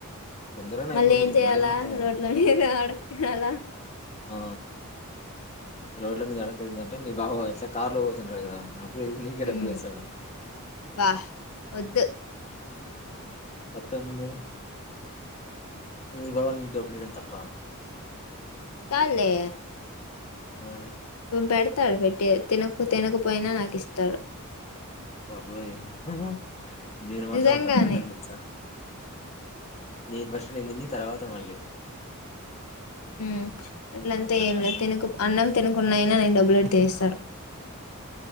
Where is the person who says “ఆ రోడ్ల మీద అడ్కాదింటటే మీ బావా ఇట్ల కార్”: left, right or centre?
Left